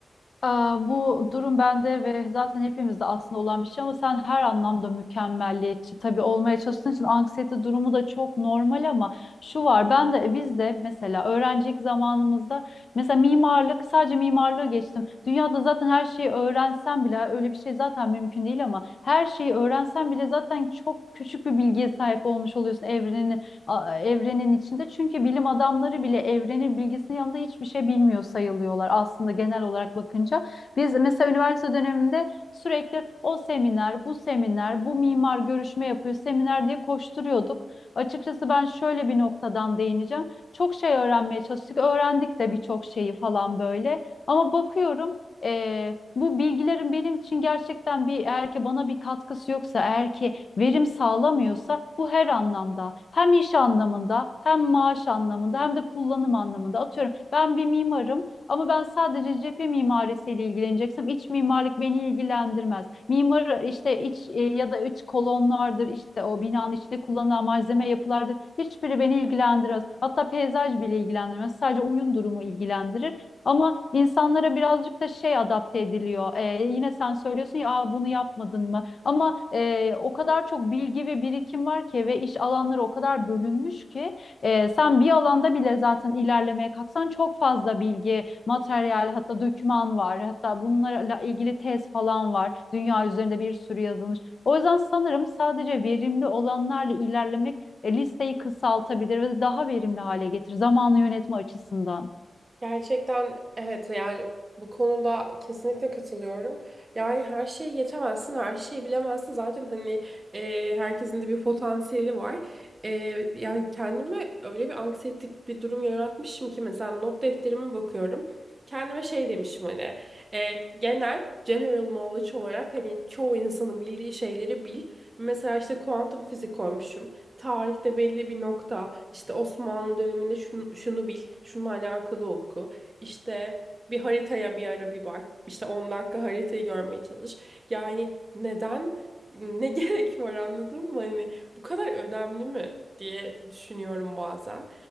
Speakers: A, on the left; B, on the right.
A: Aa, bu durum bende ve zaten hepimizde aslında olan bir şey ama sen her anlamda mükemmelliyetçi tabii olmaya çalıştığın için anksiyete durumu da çok normal ama şu var ben de biz de mesela öğrencilik zamanımızda mesela mimarlık sadece mimarlığı geçtim. Dünyada zaten her şeyi öğrensen bile öyle bir şey zaten mümkün değil ama her şeyi öğrensen bile zaten çok küçük bir bilgiye sahip olmuş oluyorsun evrenin a- evrenin içinde. Çünkü bilim adamları bile evrenin bilgisinin yanında hiçbir şey bilmiyor sayılıyorlar aslında genel olarak bakınca. Biz mesela üniversite döneminde sürekli o seminer, bu seminer, bu mimar görüşme yapıyor, seminer diye koşturuyorduk. Açıkçası ben şöyle bir noktadan değineceğim. Çok şey öğrenmeye çalıştık, öğrendik de birçok şeyi falan böyle. Ama bakıyorum eee, bu bilgilerin benim için gerçekten bir eğer ki bana bir katkısı yoksa, eğer ki verim sağlamıyorsa bu her anlamda hem iş anlamında hem maaş anlamında hem de kullanım anlamında atıyorum ben bir mimarım ama ben sadece cephe mimarisiyle ilgileneceksem iç mimarlık beni ilgilendirmez. Mimar işte iç e, ya da iç kolonlardır işte o binanın içinde kullanılan malzeme yapılardır hiçbiri beni ilgilendirmez. Hatta peyzaj bile ilgilendirmez sadece uyum durumu ilgilendirir. Ama insanlara birazcık da şey adapte ediliyor. E, yine sen söylüyorsun ya Aa, bunu yapmadın mı? Ama e, o kadar çok bilgi ve birikim var ki ve iş alanları o kadar bölünmüş ki e, sen bir alanda bile zaten ilerlemeye kalksan çok fazla bilgi, materyal, hatta doküman var. Hatta bunlarla ilgili tez falan var. Dünya üzerinde bir sürü yazılmış. O yüzden sanırım sadece verimli olanlarla ilerlemek e, listeyi kısaltabilir ve daha verimli hale getirir zamanı yönetme açısından.
B: Gerçekten evet yani bu konuda kesinlikle katılıyorum. Yani her şeyi yetemezsin, her şeyi bilemezsin. Zaten hani e, herkesin de bir potansiyeli var. E, yani kendime öyle bir anksiyetik bir durum yaratmışım ki mesela not defterime bakıyorum. Kendime şey demişim hani e, genel general knowledge olarak hani çoğu insanın bildiği şeyleri bil. Mesela işte kuantum fizik koymuşum tarihte belli bir nokta işte Osmanlı döneminde şunu, şunu bil, şununla alakalı oku. İşte bir haritaya bir ara bir bak. İşte 10 dakika haritayı görmeye çalış. Yani neden ne <laughs> gerek var anladın mı? Hani bu kadar önemli mi diye düşünüyorum bazen.